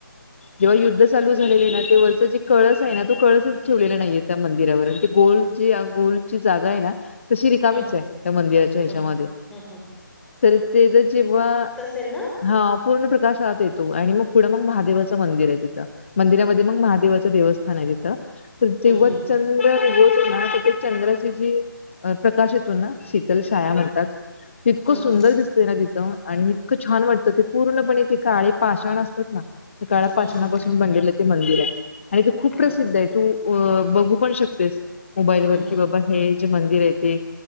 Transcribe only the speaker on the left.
जेव्हा युद्ध चालू झालेले ना ते वरचं जे कळसाय ना तो कळसच ठेवलेला नाईए. त्या मंदिरावर अन ते गोलची अं गोलची जागाय ना तशी रिकामीचे
त्या मंदिराच्या ह्याच्यामध्ये
तर ते जे जेव्हा
हा पूर्ण प्रकाश आत येतो आणि मग पुढं मग महादेवाचं
मंदिराय तिथं. मंदिरामध्ये मंग महादेवाचं देवस्थानाय तिथं तर जेव
चल्- <inaudible> चंद्राची जी प्रकाशित शीतल शाया म्हणतात इतक
सुंदर दिसतय ना तिथ आणि इतक छान वाट तर ते पूर्णपणे ते काळे पाषाण असतात ना. काळ्या
पाषाणापासून
बनलेल ते मंदिर आहे आणि ते खूप प्रसिद्ध
आहे तू अ बघू पण शकतेस मोबाईलवर
की
बाबा हे जे मंदिर आहे ते